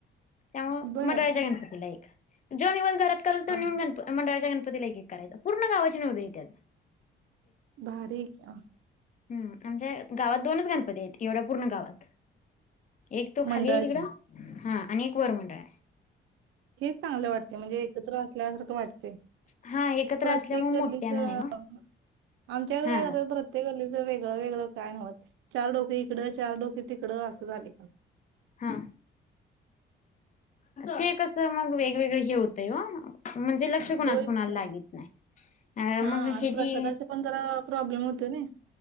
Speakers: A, on the left (about 40°); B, on the right (about 80°).
A: त्यामुळे
B: बर
A: मंडळाच्या गणपतीला एक. जेव निवांत घरात. करते
B: हा
A: ना मंडळाच्या दारात. गणपतीला एक एक करायचं पूर्ण गावाचे निवद येतात.
B: भारी कि हा
A: आमच्या गावात दोनच गणपती आहेत एवढ्या पूर्ण गावात. एक तो खाली
B: मंडळाचे
A: आहे तिकडं हा. कोरमंडळ.
B: हेच चांगलं वाटते म्हणजे एकत्र असत. थकल्यासारखे वाटते.
A: हा एकत्र
B: प्रत्येक
A: असल्यामुळे
B: गल्लीच
A: मोठ्यानं
B: आमच्याकडे
A: आहे ओ हा
B: काय करतात प्रत्येक गल्लीचं वेगळं वेगळं काय नवत चार डोक इकडं. इकडं चार डोके तिकडं असं झाले का
A: हा ते कसं मग वेगवेगळे जेवते हो म्हणजे लक्ष कोणाच
B: होयच
A: कोणाला
B: की
A: लागत नाही अ
B: हा
A: मग
B: आणि
A: हे
B: प्रसादाचे
A: जी
B: पण जरा प्रॉब्लेम होतो ना